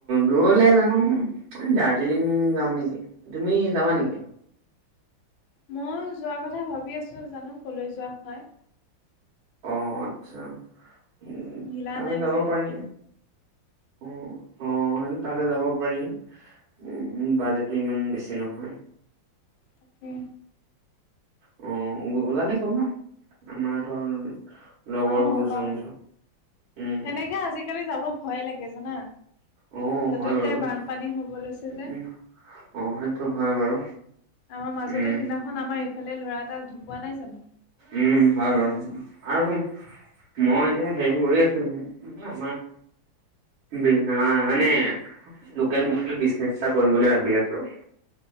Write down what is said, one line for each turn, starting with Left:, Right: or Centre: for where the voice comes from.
Right: দূৰলে জা'নো, এই দাৰ্জিলিং যাম নেকি। তুমি যাবা নেকি?
Left: ময়ো যোৱা কথা ভাবি আছোঁ, জা'নো ক'লৈ যোৱা হয়।
Right: অ আচ্ছা, উ
Left: মিলা
Right: তালে
Left: নাই
Right: যাব
Left: যে
Right: পাৰি। উ, অ সেনো তালে যাব পাৰি, উ
Left: উম
Right: বাজেটটো ইমান বেছি নহয়।
Left: তাকে
Right: অ ওলালে কবা, আমাৰ ধৰ লগৰবোৰ
Left: অঁহ কম।
Right: যাম ধৰ উম।
Left: সেনেকে আজিকালি যাব ভয়ে লাগে, জানা।
Right: অ',
Left: য'তে-ততে
Right: হয় বাৰু সেইটো
Left: বানপানী হ'ব লৈছে যে
Right: উম, অ হেন টো হয় বাৰু,
Left: আমাৰ মাজতে
Right: উম'
Left: সিদিনাখন আমাৰ এইফালে ল'ৰা এটা ঢুকোৱা নাই জানো
Right: উম হয় বাৰু, আৰু সো মই এতিয়া হেৰি কৰি আছিলোঁ, আমাৰ বি অ মানে, লোকেল মাছলি বিজনেছ এটা কৰিবলৈ ভাবি আছোঁ।